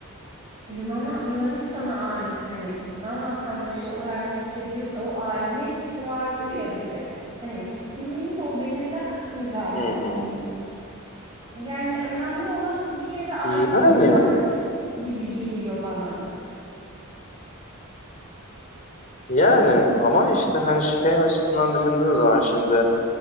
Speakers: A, on the right (about 25°); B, on the left (about 40°).
A: Yunan'a, Yunanistan'a ait hani Yunan vatandaşı olarak hissediyorsa o aidiyet hissi vardır ya bir de. Hani kimliğimizi o belirlemez mi zaten?
B: Hı hı.
A: Yani önemli olan bir yere ait
B: Yani
A: olmak gibi geliyor bana.
B: yani ama işte hani şey açısından düşündüğün zaman şimdi